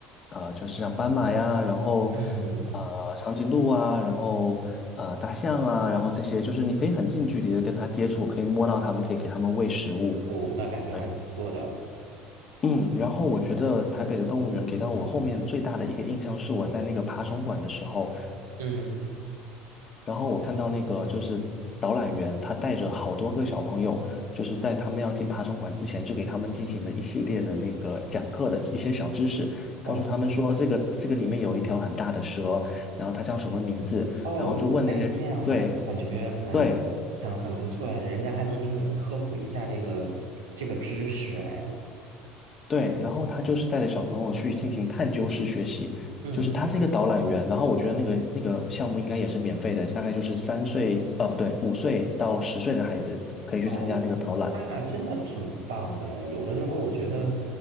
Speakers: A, on the left; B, on the right.
A: 呃城是像斑马呀，然后
B: 嗯，
A: 呃长颈鹿啊，然后呃大象啊，然后这些就是你可以很近距离的跟它接触，可以摸到它们，可以给它们喂食物。
B: 哦，那感觉还是不错的。
A: 对，嗯，然后我觉得台北的动物园给到我后面最大的一个印象是我在那个爬虫馆的时候。
B: 嗯，
A: 然后我看到那个就是导览员，他带着好多个小朋友，就是在他们要进爬虫馆之前，就给他们进行了一系列的那个讲课的一些小知识，
B: 哦
A: 告诉他们说这个这个里面有一条很大的蛇，然后它叫什么名字，
B: 哦，
A: 然后就问那些对
B: 还有这样的感觉很很很不错哎，
A: 对
B: 人家还能给你科普一下这个这个知识哎。
A: 对，然后他就是带着小朋友去进行探究式学习，
B: 嗯。
A: 就是他是一个导览员，然后我觉得那个那个项目应该也是免费的，大概就是三岁呃不对五岁到十岁的孩子可以去参加那个导览。
B: 哦，那真的挺棒的诶。有的时候我觉得，